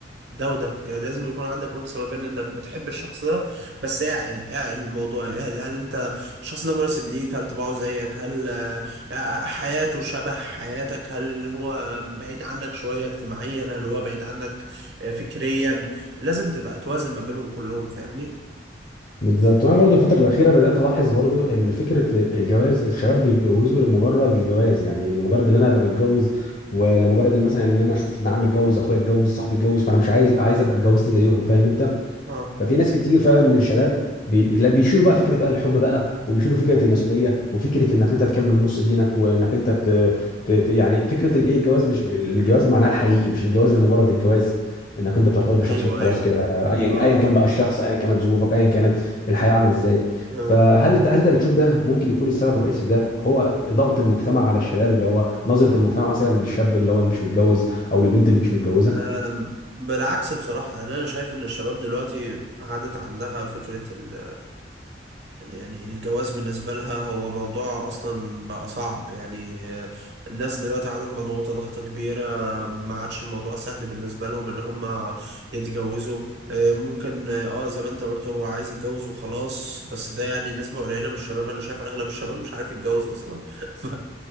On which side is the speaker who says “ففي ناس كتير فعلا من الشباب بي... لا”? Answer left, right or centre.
Left